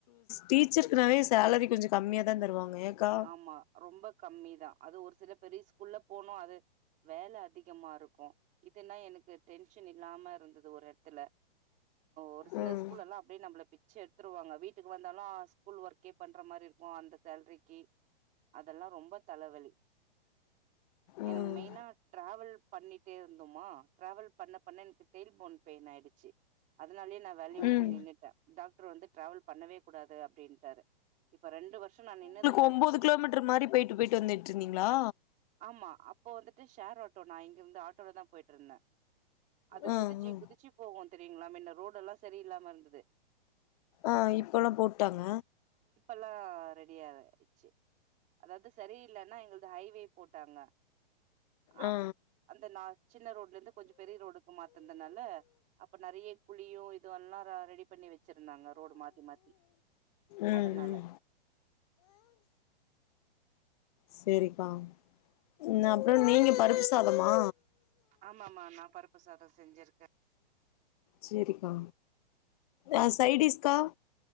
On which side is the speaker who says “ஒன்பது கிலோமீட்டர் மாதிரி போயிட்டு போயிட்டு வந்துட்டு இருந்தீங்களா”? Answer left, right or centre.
Left